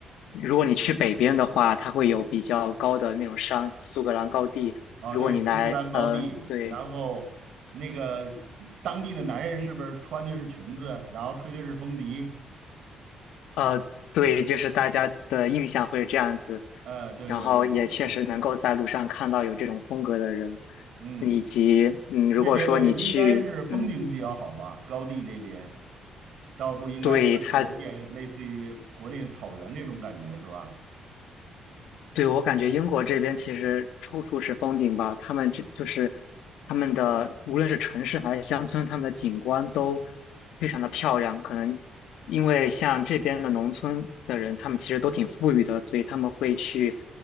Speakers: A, on the left (about 85°); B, on the right (about 70°).
A: 如果你去北边的话，它会有比较高的那种山，苏格兰高地。
B: 啊，
A: 如果你来呃，
B: 对，苏格兰高地，
A: 对，
B: 然后那个当地的男人是不是穿的是裙子，然后吹的是风笛？
A: 呃，对，就是大家的印象会这样子，
B: 呃，对对对，
A: 然后也确实能够在路上看到有这种风格的人，
B: 嗯嗯，
A: 以及嗯，
B: 那边的应该是风景比较好吧，
A: 如果说你去，嗯，
B: 高地那边。到处应该算是有一点类似于国内的草原这种感觉，
A: 对，他
B: 是吧？
A: 对，我感觉英国这边其实处处是风景吧，他们这就是他们的无论是城市还是乡村，他们的景观都非常的漂亮。可能因为像这边的农村的人，他们其实都挺富裕的，所以他们会去